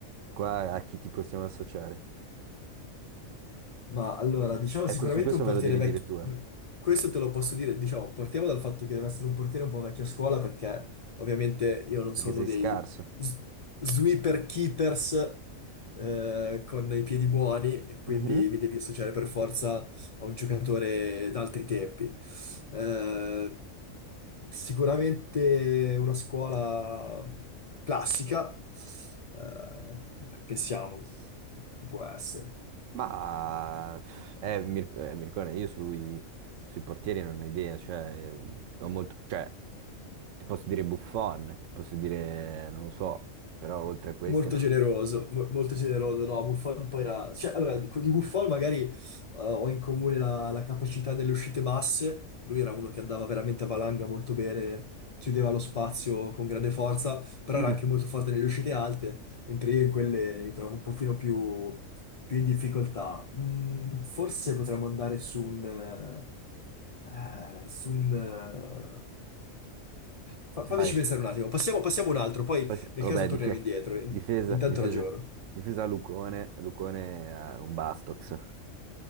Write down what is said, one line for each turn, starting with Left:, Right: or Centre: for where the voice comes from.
Right: qua a chi ti possiamo associare?
Left: ma allora, diciamo
Right: Ecco,
Left: sicuramente
Right: su questo
Left: un
Right: me
Left: portiere
Right: lo devi
Left: vecchio.
Right: dire tu, eh,
Left: Questo te lo posso dire, diciamo, partiamo dal fatto che deve essere un portiere un po' vecchio a scuola perché ovviamente io non
Right: perché
Left: sono
Right: sei
Left: dei
Right: scarso.
Left: s- sweeper keepers eh, con i piedi buoni e quindi
Right: Mhm.
Left: mi devi associare per forza a un giocatore d'altri tempi. Eh, sicuramente una scuola classica, eh, pensiamo, chi può essere?
Right: Ma eh, Mir- eh, Mircone, io sui, sui portieri non ho idea, cioè, eh, ho molto, cioè, ti posso dire Buffon, ti posso dire, non lo so, però oltre a questi
Left: Molto
Right: non
Left: generoso,
Right: lo...
Left: mo- molto generoso, no, Buffon poi era... Cioè, allora, con- di Buffon magari eh, ho in comune la, la capacità delle uscite basse, lui era uno che andava veramente a valanga molto bene, chiudeva lo spazio con grande forza, però
Right: so.
Left: era
Right: Mm.
Left: anche molto forte nelle uscite alte, mentre io in quelle mi trovo un pochino più, più in difficoltà. Mm, forse potremmo andare su un... eh, eh, su un... eh, fa-
Right: Vai.
Left: fammici pensare un attimo, passiamo, passiamo un altro, poi
Right: Poi se-
Left: nel
Right: Vabbè,
Left: caso torniamo
Right: dife-
Left: indietro, in-
Right: difesa,
Left: intanto
Right: difesa,
Left: ragiono.
Right: difesa Lucone, Lucone ha un Bastox.